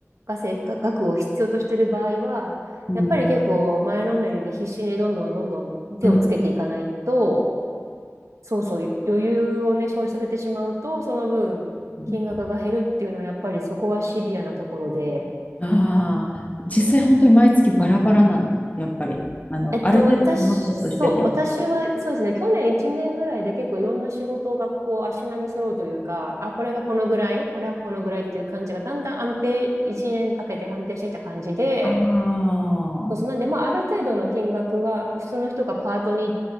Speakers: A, on the right (about 80°); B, on the left (about 30°).
A: 稼が額を必要としている場合は、
B: うん、
A: やっぱり結構前のめりに必死にどんどんどんどん手をつけていかないと、
B: うん、うん。
A: そうそう、余裕をね、生じさせてしまうと、その分、
B: うん
A: 金額が減るっていうのは、やっぱりそこはシビアなところで、
B: ああ、実際本当に毎月バラバラなの、やっぱり。あの、
A: えっと、
B: ある程度手元としてても。
A: 私、そう、私は、そうですね、去年1年ぐらいで結構いろんな仕事を学校、足並み揃うというか、あ、これがこのぐらい、これはこのぐらいっていう感じが、だんだん安定、1年かけて安定してきた感じで、
B: ああ、
A: そうそう、なんで、まあ、ある程度の金額は、まあ、普通の人がパートに